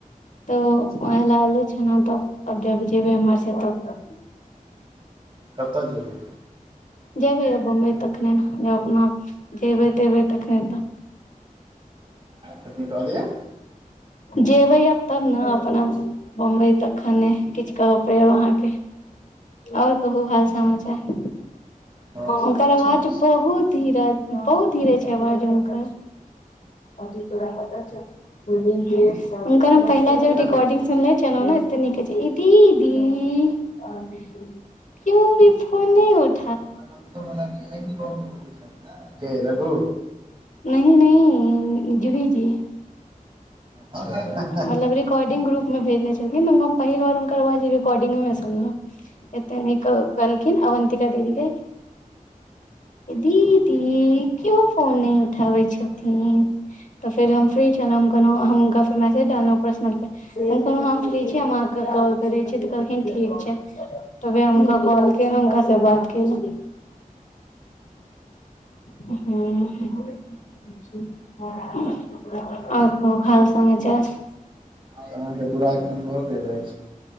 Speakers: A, on the left; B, on the right.
A: तऽ
B: अच्छा
A: वैह लेल छै ने तऽ अब जेबै इम्हर से त
B: कतऽ जेबै?
A: जेबै आब बम्बई तखने न जब अपना जेबै तेबै तखने तऽ।
B: कथी कहलियै
A: जेबै अब तब ने अपना बम्बई तखने किछ कहपेब अहाँके ओर कहू हाल समाचार
B: आओर सब
A: ओकर
B: तऽ
A: आवाज
B: ठीक छै
A: बहुत धीर बहुत धीरे छै आवाज हुंकर <unintelligible> हुनकर हम पहिला जे
B: नहि
A: रिकॉर्डिंग सुनले छलौ न एत नीक कहै छैथ दीदी कियो भी फोने नहि उठ
B: <unintelligible> के रघु
A: <unintelligible> जीभी जी
B: हहहहह
A: मतलब रिकॉर्डिंग ग्रुप मे भेजने छलखिन हम पहिलबार हुनकर आवाज रिकॉर्डिंग मे सुनलहुं एते नीक कहलखिन अवंतिका दीदी के दीदी कियो फोन नहि उठाबै छथिन तऽ फेर हम फ्री छलहुं कहनो हम हुनका फेर मैसेज डलहुं पर्सनल पे हम कह हम फ्री छी हम अहाँके कॉल करै छी तऽ कहलखिन ठीक छै तऽ वे हुनका कॉल केलोे हुनका से बात केलो हू हू ओर कहु हाल समाचार
B: अहाँके दुरागमन भऽ गेल अछि